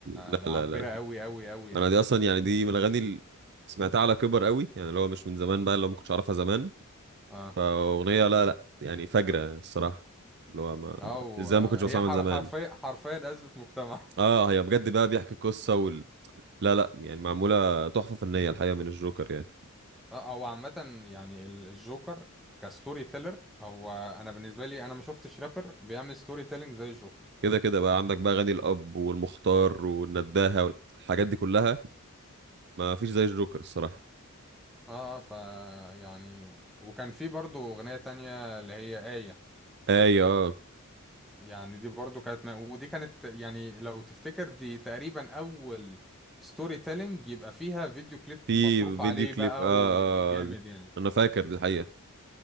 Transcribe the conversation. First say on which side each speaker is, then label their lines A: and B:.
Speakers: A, on the right (about 50°); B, in the centre.
A: لا
B: معبرة
A: لا لا
B: أوي أوي أوي يعني
A: انا دي اصلا يعني دي من الاغاني اللي سمعتها على كبر قوي يعني اللي هو مش من زمان بقى اللي هو ما كنتش اعرفها زمان
B: اه
A: فاغنيه لا لا يعني فجره الصراحه اللي هو ما
B: أو
A: ازاي ما كنتش
B: هي
A: بسمعها
B: حر
A: من زمان
B: حرفيا حرفيا أزمة مجتمع
A: اه هي بجد بقى بيحكي قصه وال... لا لا يعني معموله تحفه فنيه الحقيقه من الجوكر يعني
B: <laughs> اه هو عامة يعني ال- الجوكر كستوري تيلر هو أنا بالنسبة لي أنا ما شفتش رابر بيعمل ستوري تيلينج زي الجوكر
A: كده كده بقى عندك بقى اغاني الاب والمختار والنداهه والحاجات دي كلها ما فيش زي الجوكر الصراحه
B: اه ف يعني وكان في برضو اغنية تانية اللي هي آية
A: ايوه
B: يعني دي برضو كانت م... ودي كانت يعني لو تفتكر دي تقريبا اول ستوري تيلينج يبقى فيها فيديو كليب
A: في
B: مصروف
A: فيديو
B: عليه
A: كليب
B: بقى
A: آه,
B: وجامد
A: آه
B: يعني
A: انا فاكر الحقيقه